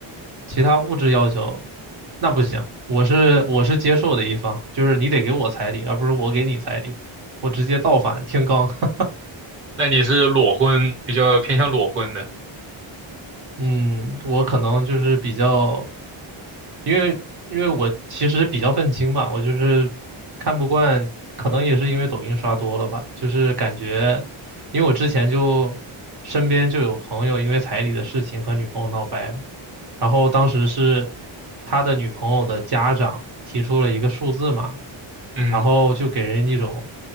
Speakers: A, on the right; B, on the right.
A: 其他物质要求那不行，我是我是接受的一方，就是你得给我彩礼，而不是我给你彩礼，我直接倒反天罡。<laughs>
B: 那你是裸婚，比较偏向裸婚的，
A: 嗯，我可能就是比较，因为因为我其实比较愤青吧，我就是看不惯，可能也是因为抖音刷多了吧，就是感觉，因为我之前就身边就有朋友因为彩礼的事情和女朋友闹掰了。然后当时是他的女朋友的家长提出了一个数字嘛，
B: 嗯，
A: 然后就给人一种